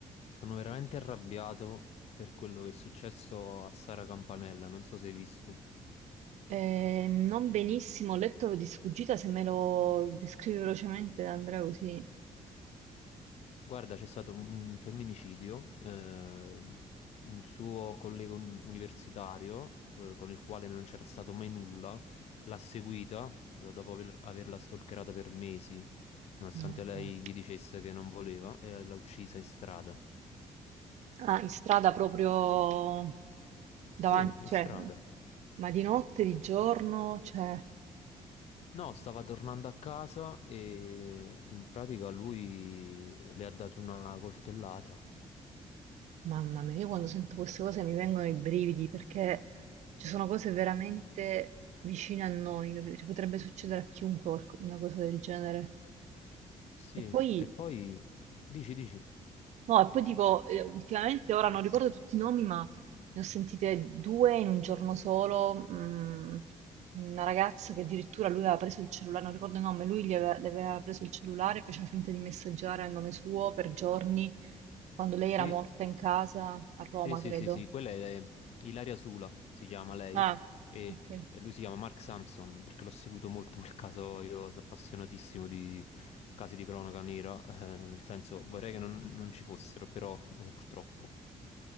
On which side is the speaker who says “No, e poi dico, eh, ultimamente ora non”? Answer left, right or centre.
Right